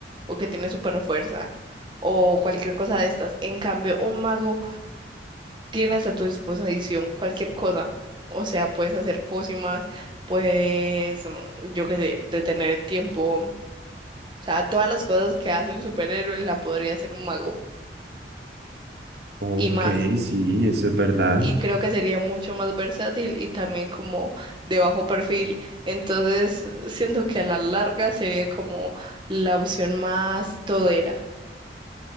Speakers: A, on the right (about 25°); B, on the right (about 65°).
A: o que tiene super fuerza, o cualquier cosa de estas. En cambio, un mago tienes a tu disposición cualquier cosa. O sea, puedes hacer pócimas, puedes, mm, yo que sé, detener el tiempo. O sea, todas las cosas que hace un superhéroe la podría hacer un mago.
B: Ok,
A: y más.
B: sí, eso es verdad.
A: Y creo que sería mucho más versátil y también como de bajo perfil. Entonces, siento que a la larga sería como la opción más todera.